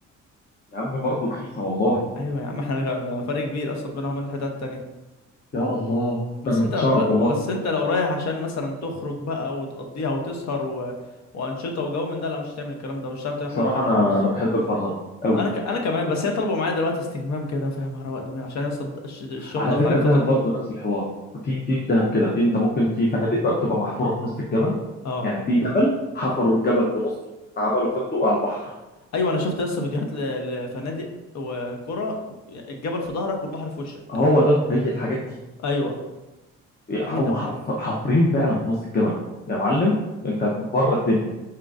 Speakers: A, on the left (about 30°); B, on the left (about 60°).
A: يا عم برضه رخيصه والله
B: ايوه يا عم احنا فرق كبير اصلا بينها وبين الحتت التانية
A: يا الله
B: بس
A: انا ما
B: انت
A: كنتش
B: ب...
A: اعرف والله
B: بس انت لو رايح عشان مثلا تخرج بقى وتقضيها وتسهر و... وانشطة وجو من ده لا مش هتعمل الكلام ده مش هتعرف تعمل
A: بصراحه
B: حاجة من الكلام
A: انا
B: ده خالص
A: انا بحب الفرهده قوي
B: انا ك... انا كمان بس هي طالبه معايا دلوقتي استجمام كده فاهم هروق دماغي عشان لسه الض- الش- الشغل
A: على
B: ضغط
A: فكره
B: عليا الفترة
A: دهب
B: دي
A: برضو نفس الحوار في في في دهب كده في انت ممكن في فنادق بقى بتبقى محفوره في نص الجبل
B: اه
A: يعني في جبل حفروا الجبل في نصه عملوا فندق على البحر
B: ايوه انا شفت لسه فيديوهات ل... لفنادق وكرة الجبل في ظهرك والبحر في وشك
A: هو ده هي الحاجات دي
B: ايوه جامد
A: هم
B: قوي
A: حرف حافرين فعلا في نص الجبل يا معلم انت بره الدنيا